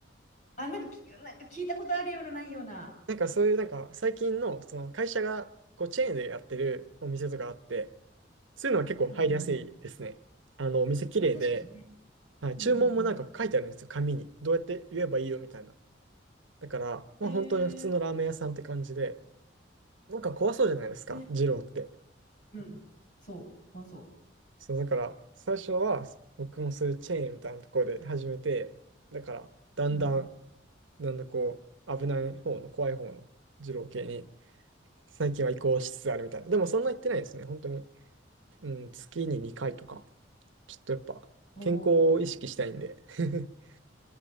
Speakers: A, on the left; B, on the right.
A: あ、なんかき、なんか聞いたことあるような、ないような。
B: なんかそういうなんか最近のその会社がこうチェーンでやってるお店とかあって、そういうのは結構入りやすいですね。
A: うん。うん。うん。
B: あのお店綺麗で、
A: まあ、確かにね。
B: はい、
A: うんうんうん
B: 注文もなんか書いてあるんですよ、紙に。どうやって言えばいいよみたいな。だから、まあ本当に普通のラーメン屋さんって感じで、
A: うん。へえ。
B: なんか怖そうじゃないですか、
A: ね。
B: 二郎って。
A: うんうん。そう、怖そ
B: そうだから最初は僕もそういうチェーンみたいなところで始めて、だからだんだん、
A: う。うんうん。
B: だんだんこう危ない方の怖い方の二郎系に最近は移行しつつあるみたいな。でもそんな言ってないですね、本当に。うん、月に2回とか、ちょっとやっぱ健康を意識したいんで。
A: おお。
B: <laughs>